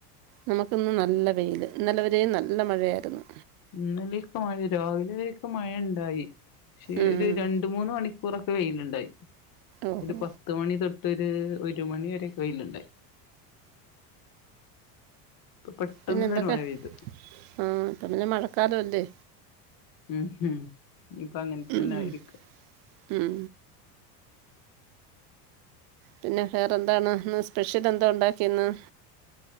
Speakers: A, on the right (about 60°); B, on the left (about 45°).
A: നമക്കിന്ന് നല്ലവെയില് ഇന്നലെവരെയും നല്ല മഴയാരുന്നു
B: ഇന്നലീക്ക മഴ രാവിലെക്കും മഴണ്ടായി പക്ഷെ
A: ഉം
B: ഒരു
A: ഉം
B: ര ണ്ട് മൂന്ന് മണിക്കൂറൊക്കെ വെയില്ണ്ടായി
A: ഓഹോ
B: ഒരു പ ത്ത് മണി തൊട്ടൊരൂ ഒരു മണിവരെക്കെ വെയില്ണ്ടായി ഇപ്പൊ പെട്ടെന്നൊരു
A: പിന്നെന്തൊക്കെ
B: മഴ പെയ്ത്
A: ആഹ് ഇപ്പ പിന്നെ മഴക്കാലൊല്ലേ.
B: ഉം ഉം ഇനിപ്പൊ അങ്ങൻതന്നായിര്ക്കും.
A: ഉം ഉം ഉം പിന്നെ വേറെന്താണ് ഇന്ന് സ്പെഷ്യലെന്താ ഉണ്ടാക്കിന്ന്?